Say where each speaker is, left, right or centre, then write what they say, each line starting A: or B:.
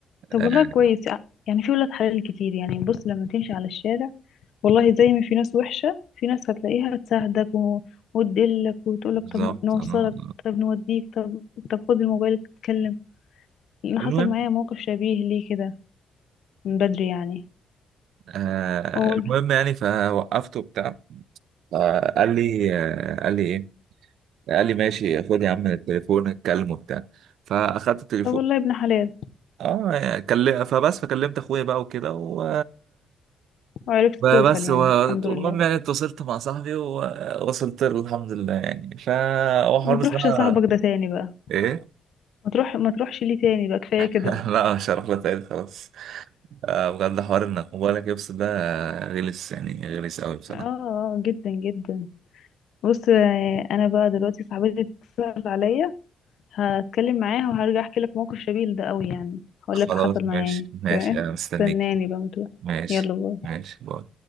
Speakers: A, on the left (about 65°); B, on the right (about 80°).
A: طب
B: آه
A: والله كويس يعني في ولاد حلال كتير يعني بص لما تمشي على الشارع والله زي ما في ناس وحشة في ناس هتلاقيها تساعدك و... وتدلك وتقولك
B: بالظبط
A: طب نوصلك
B: انا
A: طب نوديك طب طب خد الموبايل تتكلم لأن حصل
B: المهم
A: معايا موقف شبيه ليه كده من بدري يعني
B: آه
A: أقول
B: المهم يعني فوقفته بتاع آه قال لي آه قال لي ايه قال لي ماشي خد يا عم التليفون اتكلم وبتاع فاخدت التليفون
A: طب والله ابن حلال
B: اه كلم فبس فكلمت اخويا بقى وكده و
A: وعرفت
B: بقى
A: توصل
B: بس
A: يعني
B: و-
A: الحمد
B: المهم
A: لله
B: يعني اتصلت مع صاحبي ووصلت له الحمد لله يعني ف هو حوار
A: ما
B: بصراحة
A: تروحش لصاحبك ده تاني بقى
B: ايه
A: ما تروح ما تروحش ليه تاني بقى كفاية
B: <laughs>
A: كده
B: لا مش هروح له تاني خلاص آه، بجد حوار انك موبايلك يفصل ده غلس يعني غلس قوي بصراحة
A: اه آه، جدا جدا بص آه، انا بقى دلوقتي صاحبتي اتصل عليا هتكلم معاها وهرجع احكي لك موقف شبيه لده قوي يعني هقول
B: خلاص
A: لك حصل
B: ماشي
A: معايا ايه
B: ماشي
A: تمام
B: انا مستنيك
A: استناني بقى متوقع
B: ماشي
A: يلا باي
B: ماشي باي